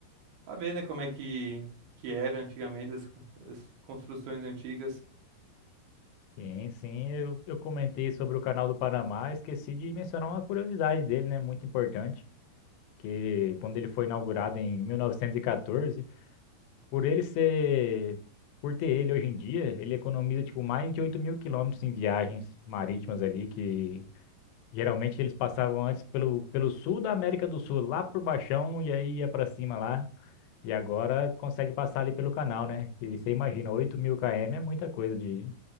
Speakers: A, on the right (about 70°); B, on the left (about 85°).
A: pra ver, né, como é que, que era antigamente as, as construções antigas.
B: Sim, sim, eu, eu comentei sobre o canal do Panamá, esqueci de mencionar uma curiosidade dele, né, muito importante, que quando ele foi inaugurado em 1914, por ele ser, por ter ele hoje em dia, ele economiza, tipo, mais de 8 mil quilômetros em viagens marítimas ali, que geralmente eles passavam antes pelo, pelo sul da América do Sul, lá por Baixão, e aí ia pra cima lá, e agora consegue passar ali pelo canal, né, e você imagina, oito mil km é muita coisa de,